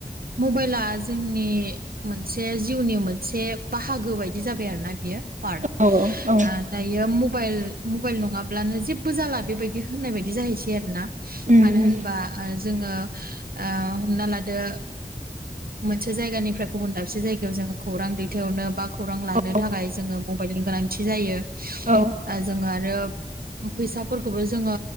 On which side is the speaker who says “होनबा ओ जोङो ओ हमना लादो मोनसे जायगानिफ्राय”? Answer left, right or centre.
Right